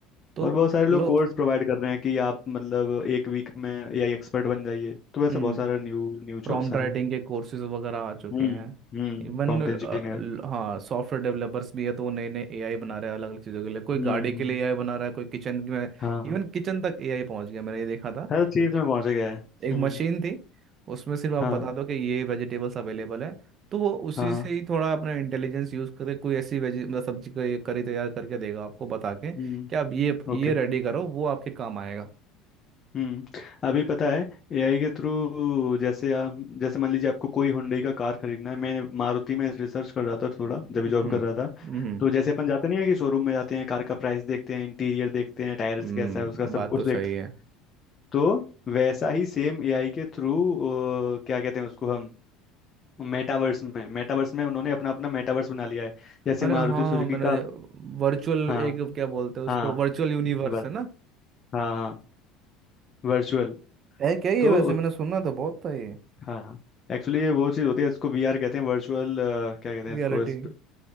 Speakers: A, on the right; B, on the left.
A: तो
B: और बहुत सारे लोग
A: लो
B: कोर्स प्रोवाइड कर रहे हैं कि आप मतलब एक वीक में एआई एक्सपर्ट बन जाइए तो वैसे
A: हम्म
B: बहुत सारा न्यू न्यू
A: प्रॉम्प्ट
B: जॉब सारा
A: राइटिंग
B: है
A: के कोर्सेज वगैरह आ चुके
B: हम्म
A: हैं
B: हम्म
A: इवन
B: प्रॉम्प्ट इंजीनियर
A: हाँ सॉफ्टवेयर डेवलपर्स भी है तो वो नए नए एआई बना रहे हैं अलग अलग चीज़ों के लिए कोई
B: हम्म
A: गाड़ी के
B: हम्म
A: लिए एआई बना रहा है कोई किचन में
B: हाँ
A: इवन किचन तक एआई पहुंच गया मैंने ये देखा था
B: हर चीज
A: एक,
B: में पहुंच गया है
A: एक
B: हम्म
A: मशीन थी उसमें सिर्फ आप
B: हाँ
A: बता दो कि ये वेजिटेबल्स अवेलेबल है तो वो उसी
B: हाँ हाँ,
A: से ही थोड़ा अपना इंटेलिजेंस यूज करके कोई ऐसी वेजी मतलब सब्जी का ये करी तैयार करके देगा आपको बता के कि
B: हम्म
A: आप ये ये
B: ओके
A: रेडी करो वो आपके काम आएगा
B: हम्म अभी पता है एआई के थ्रू जैसे आप जैसे मान लीजिए आपको कोई हुंडई का कार खरीदना है मैं मारुति में रिसर्च कर रहा था थोड़ा
A: हम्म
B: जब भी जॉब कर
A: हम्म
B: रहा था
A: हम्म
B: तो जैसे अपन जाते नहीं है कि शोरूम में जाते हैं कार का प्राइस देखते हैं इंटीरियर देखते हैं टायर्स
A: हम्म,
B: कैसा है उसका सब
A: बात
B: कुछ
A: तो सही
B: देखते हैं
A: है
B: तो वैसा ही सेम एआई के थ्रू क्या कहते हैं उसको हम मेटावर्स में मेटावर्स में उन्होंने अपना अपना मेटावर्स बना लिया है जैसे
A: अरे
B: मारुति
A: हाँ
B: सुजुकी
A: मैंने
B: का
A: वर्चुअल
B: हाँ
A: एक क्या बोलते हैं उसको
B: हाँ
A: वर्चुअल यूनिवर्स
B: बस
A: है ना
B: हाँ हाँ वर्चुअल
A: है क्या ये
B: तो
A: वैसे मैंने सुना तो बहुत था ये
B: हाँ एक्चुअली ये वो चीज़ होती है इसको वीआर कहते हैं वर्चुअल क्या कहते हैं
A: रियलिटी
B: इसको इस,